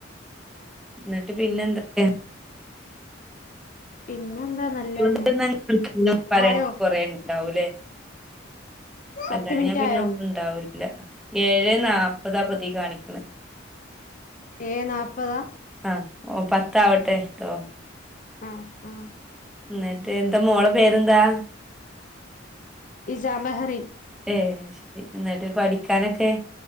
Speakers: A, in the centre; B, on the left.
A: ന്നിട്ട് പിന്നെ എന്തൊക്കെ
B: പിന്നെ എന്താ നല്ലതന്നെ
A: ചുണ്ട ഞന്നും പറയാന്
B: ആയോ
A: കുറെേുണ്ടാവൂലേ
B: പത്ത്
A: അല്ല
B: മിനിറ്റ്
A: ഞാ പിന്നെ
B: ആയോ
A: ഒന്നും ഉണ്ടാവില്ല ഇല്ല ഏഴ് നാല്പ്പതാം പതി കാണിക്കണ
B: ഏഴ നാൽപ്പത്
A: ആ ഓ പത്താവട്ടെട്ടോ
B: ആഹ് ആഹ്
A: ന്നട്ട് എന്താ മോളെ പേരെന്താ?
B: ഇസാ മഹറിൻ.
A: ഏ ശരി എന്നിട്ട് പഠിക്കാനൊക്കെ